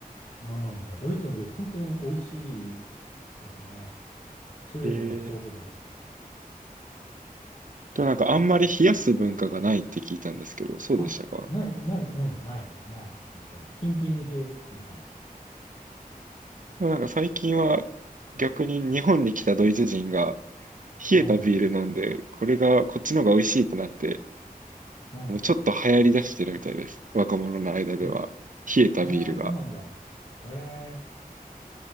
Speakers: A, on the left; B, on the right.
A: うん。いやドイツのビール本当に美味しいですね。種類も豊富だし。
B: えー、でもなんかあんまり冷やす文化がないって聞いたんですけど、そうでしたか
A: あ、ない、ない、うん、ない、ない。確かに。キンキンに冷えてない。
B: でもなんか最近は逆に日本に来たドイツ人が冷えたビール飲んで、
A: うん、
B: これがこっちの方が美味しいってなって、
A: うん。
B: ちょっと流行り出してるみたいです。若者の間では。
A: え、
B: 冷えたビールが。
A: えー、そうなんだ。えー、